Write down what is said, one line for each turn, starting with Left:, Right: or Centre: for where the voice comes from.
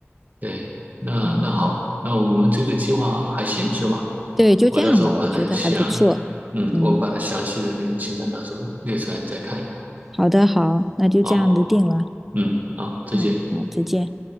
Right: 对，那那好，
Centre: 嗯，
Right: 那我们这个计划还行是吧？
Centre: 对，就这样吧，
Right: 我到时候把它详，
Centre: 我觉得还不错。
Right: 嗯，
Centre: 嗯，
Right: 我把它详细的那个清单到时候列出来，你再看一看。
Centre: 好的，好，那就这样子定了。
Right: 好。嗯，好，再见。
Centre: 嗯，好，再见。